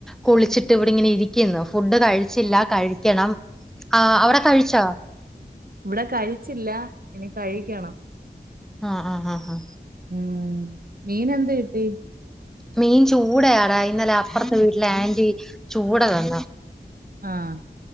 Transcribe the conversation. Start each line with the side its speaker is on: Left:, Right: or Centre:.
Centre: കുളിച്ചിട്ട് ഇവിടെ ഇങ്ങനെ ഇരിക്കുന്നു ഫുഡ് കഴിച്ചില്ല കഴിക്കണം ആഹ് അവടെ കഴിച്ചാ
Right: ഇവിടെ കഴിച്ചില്ല ഇനി കഴിക്കണം
Centre: ആഹ് ആഹ് ആഹ് ആഹ്
Right: ഉം മീൻ എന്ത് കിട്ടി
Centre: മീൻ ചൂടയാടാ ഇന്നലെ അപ്പുറത്തെ വീട്ടിലെ ആന്റി ചൂട തന്നു
Right: ആഹ്